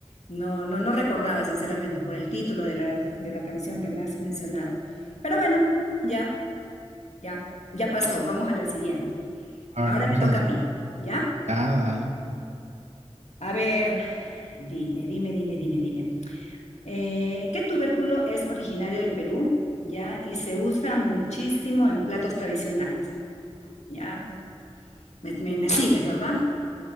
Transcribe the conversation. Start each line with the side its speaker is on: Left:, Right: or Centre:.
Left: no, no, no recordaba, sinceramente, por el título de la, de la canción que me has mencionado. Pero bueno, ya, ya, ya pasó. Vamos a la siguiente.
Right: A ver,
Left: Ahora
Right: vamos
Left: me toca
Right: a la siguiente.
Left: a mí, ¿ya?
Right: Ya, dale.
Left: A ver, dime, dime, dime, dime, dime. Eh, ¿qué tubérculo es originario del Perú? ¿Ya? Y se usa muchísimo en platos tradicionales. ¿Ya? Me, me- me sigues, ¿verdad?